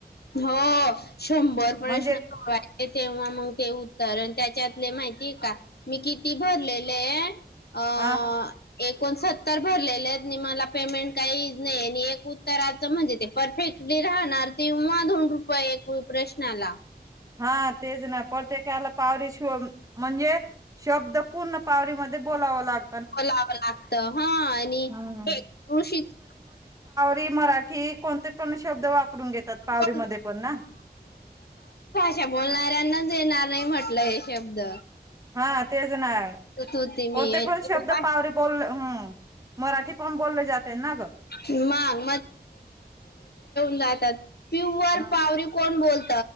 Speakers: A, on the left; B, on the right.
A: हो. शंभर प्रश्न
B: म्हणजे
A: सोडवायचे. तेव्हा मग ते उत्तर. त्याच्यातले माहिती आहे का, मी किती भरलेलेये? अं
B: अ
A: एकोण सत्तर भरलेले आहेत मी. मला पेमेंट काहीच नाही आणि एक उत्तरचं म्हणजे ते परफेक्टली राहणार ते व्हा दोन रुपये एक प्रश्नाला.
B: हा तेच ना प्रत्येकाला पावरी श म्हणजे शब्द पूर्ण पावरीमध्ये बोलावं लागत.
A: बलावं लागत. हा आणि
B: हम्म
A: हे ऋषीच
B: की मराठी कोणते पण शब्द वापरून घेतात. पावररीमध्ये
A: ह
B: पण ना.
A: षा बोलणाऱ्यांनाच येणार नाही म्हटलं हे शब्द.
B: हा तेच ना.
A: होती मी
B: कोणते
A: आणि
B: पण शब्द
A: खूप
B: पावरी बोलले, हं मराठी पण बोलले जाते ना ग.
A: मग राहतात. पिवर
B: ह
A: पावरी कोण बोलत?